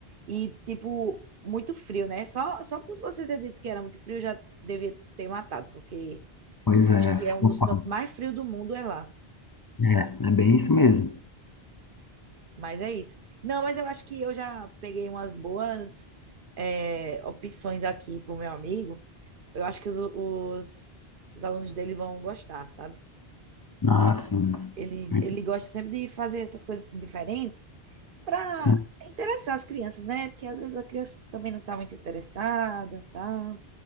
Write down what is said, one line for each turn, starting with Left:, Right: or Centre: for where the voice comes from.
Right: E, tipo, muito frio, né? Só, só por você ter dito que era muito frio, eu já devia ter matado, porque
Left: Pois é,
Right: acho que
Left: ficou
Right: é um dos
Left: fácil.
Right: cantos mais frios do mundo, é lá.
Left: É, é bem isso mesmo.
Right: Mas é isso. Não, mas eu acho que eu já peguei umas boas, eh, opções aqui pro meu amigo Eu acho que os, os, os alunos dele vão gostar, sabe?
Left: Ah, sim.
Right: Ele,
Left: Muito-
Right: ele gosta sempre de fazer essas coisas assim, diferentes para
Left: Sim,
Right: interessar as crianças, né? Porque às vezes a criança também não tá muito interessada, tá?